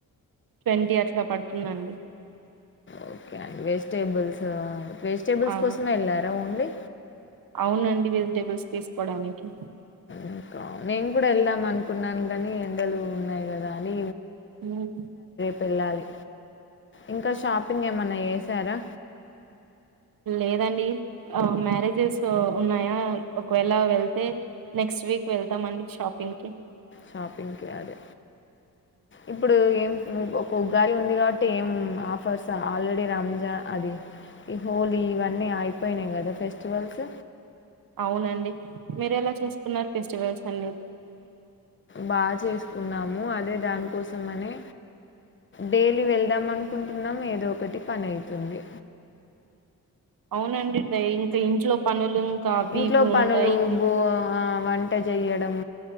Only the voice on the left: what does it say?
ఓకే అండి వెజిటేబుల్స్ వెజిటేబుల్స్
కోసం వెళ్ళారా ఓన్లీ
ఇంకా నేను కూడా వెళ్దాం అనుకున్నాను కానీ ఎండలు ఉన్నాయి గదా అని
పెల్లాలి ఇంకా షాపింగ్ ఏమన్నా ఏసారా
షాపింగ్కి అది ఇప్పుడు ఏం ఒక ఉ గారి ఉంది కాబట్టి ఏం ఆఫర్స్ ఆల్రెడీ రంజా అది ఈ హోలీ ఇవన్నీ అయిపోయినాయి కదా ఫెస్టివల్స్
బాగా చేసుకున్నాము అదే దానికోసం అనే డైలీ వెళ్దామని అనుకుంటున్నాం ఏదో ఒకటి పని అవుతుంది
ఇంట్లో
పనులు
బో వంట చెయ్యడం